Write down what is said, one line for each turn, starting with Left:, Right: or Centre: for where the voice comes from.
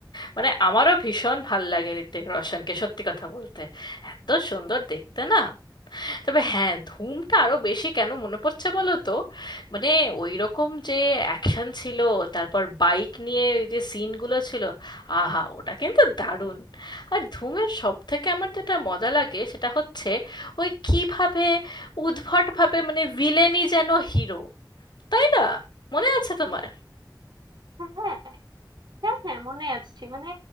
Left: মানে আমারও ভীষণ ভাল লাগে ঋত্বিক রোশনকে সত্যি কথা বলতে এত সুন্দর দেখতে না তবে হ্যাঁ ধুমটা আরো বেশি কেন মনে পড়ছে বলো তো মানে ওই রকম যে অ্যাকশন ছিল তারপর বাইক নিয়ে ওই যে সিনগুলো ছিল আহা ওটা কিন্তু দারুণ আর ধুমের সব থেকে আমার যেটা মজা লাগে সেটা হচ্ছে ওই কিভাবে উদ্ভটভাবে মানে ভিলেনই যেন হিরো তাই না মনে আছে তোমার
Right: হ্যাঁ হ্যাঁ হ্যাঁ মনে আছে মানে